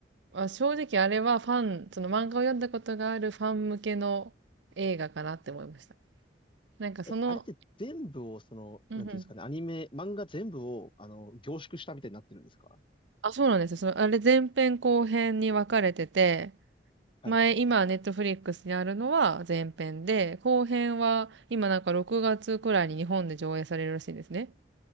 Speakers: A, on the right (about 80°); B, on the left (about 30°).
A: まあ、正直あれはファン、その漫画を読んだことがあるファン向けの映画かなって思いました。なんかその、
B: え、あれって全部を、その、
A: うんうん。
B: なんていうんですかね、アニメ、漫画全部を、あの、凝縮したみたいになってるんですか
A: あ、そうなんですよ。その、あれ前編後編に分かれてて、
B: はい。
A: 前、今、ネットフリックスにあるのは前編で、後編は今なんか6月くらいに日本で上映されるらしいんですね。